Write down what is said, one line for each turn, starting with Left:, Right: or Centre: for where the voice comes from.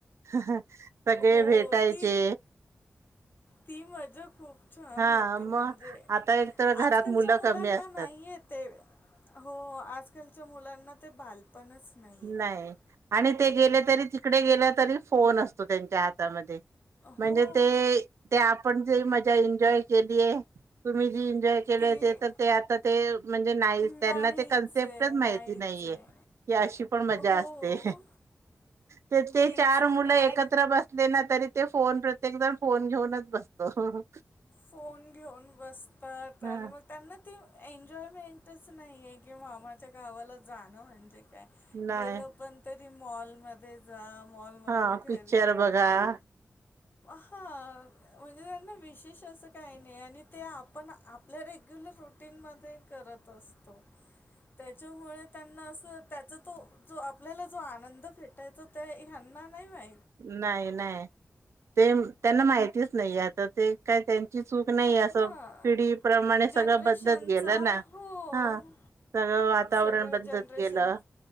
Right: सगळे
Left: हो
Right: भेटायचे.
Left: ती ती मजा खूप. छान
Right: हा
Left: होती,
Right: मग
Left: म्हणजे
Right: आता एक तर घरात
Left: आजकालच्या
Right: मुलं
Left: मुलांना
Right: कमी असतात.
Left: नाहीय ते, हो आजकालच्या मुलांना ते बालपणच आहे
Right: नाही आणि ते गेले. तरी तिकडे गेले तरी फोन असतो त्यांच्या हात. म्हणजे
Left: हो
Right: ते आपण ते ते एनजॉय. केलीय तुम्ही जी इन्जॉय केले,
Left: ती
Right: ते तर ते आता ते म्हणजे नाही
Left: नाहीच
Right: त्यांना ते कन्सेप्टच
Left: आहे
Right: माहिती
Left: नाहीच
Right: नाहीये.
Left: आहे
Right: की अशी पण मजा
Left: हो
Right: असते, तर ते
Left: तेच
Right: चार
Left: आणि
Right: मुलं एकत्र बसले ना तरी ते फोन प्रत्येक जण फोन घेऊनच बसतो.
Left: फोन घेऊन बसतात
Right: हा
Left: आणि मग त्यांना. ती एन्जॉयमेंटच नाही आहे, कि मामाच्या गावाला जाणं म्हणजे. काय
Right: नाही
Left: गेल पण तर मॉलमध्ये जा. मॉलमधून
Right: हा
Left: घरी
Right: पिक्चर
Left: या
Right: बघा
Left: म्हणजे. हा म्हणजे त्यांना विशेष असं काही नाही, आणि ते आपण आपल्या रेग्युलर रुटीन मद्ये करत असतो. त्याच्यामुळे त्यांना असं. त्याचा तो जो आपल्याला जो आनंद भेटायचाो त्या ह्यांना नाही माहित.
Right: नाही नाही. <inaudible> त्यांना माहितीच नाहीे आता ते. कायचल <unintelligible> चूक नाही
Left: हां
Right: अस पिढीप्रमाणे
Left: जनरेशनचा
Right: सगळं बदलत गेलं ना
Left: हो
Right: ह सगळं वातावरण
Left: सगळं
Right: बदलत
Left: जनरेशन
Right: गेलं